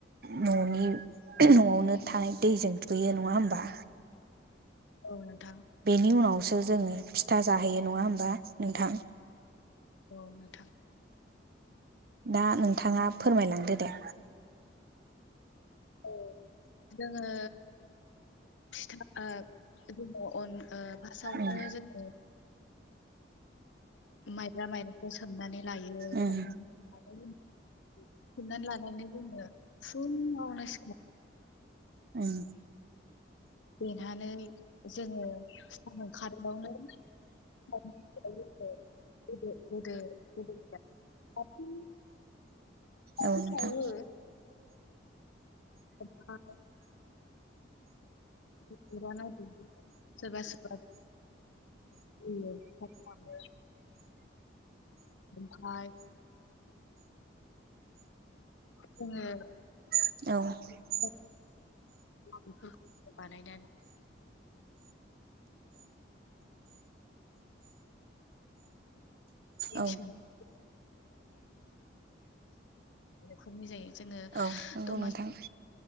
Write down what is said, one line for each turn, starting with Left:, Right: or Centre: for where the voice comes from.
Right: न'नि न'आवनो थानाय दैजों दुगैयो नङा होमबा
Left: औ नोंथां
Right: बेनि उनावसो जोङो फिथा जाहैयो नङा होमबा नोंथां
Left: औ नोंथां
Right: दा नोंथाङा फोरमायलांदो दे
Left: औ जोङो फिथा ओ जोङो अन फार्स्टावनो
Right: उम
Left: जोङो माइब्रा माइरंखौ सोमनानै लायो
Right: उम
Left: स सोमनानै लानानै रोङो फुुंङावनो सिखा
Right: ओं
Left: देनानै जोङो सान ओंखारिआवनो <unintelligible> दाबो
Right: औ नोंथां
Left: सावो ओमफ्राय <unintelligible> सोरबा सोरबा <unintelligible> ओमफाय जोङो
Right: औ
Left: औ <unintelligible> बानायनानै <unintelligible>
Right: औ
Left: खरनि जायो जोङो
Right: औ नंगौ
Left: दमासि
Right: नोंथां